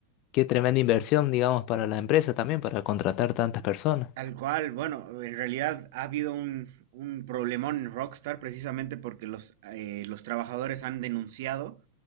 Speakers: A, on the left (about 40°); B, on the right (about 50°).
A: qué tremenda inversión, digamos, para la empresa también, para contratar tantas personas.
B: Tal cual, bueno, en realidad ha habido un, un problemón en Rockstar precisamente porque los, eh, los trabajadores han denunciado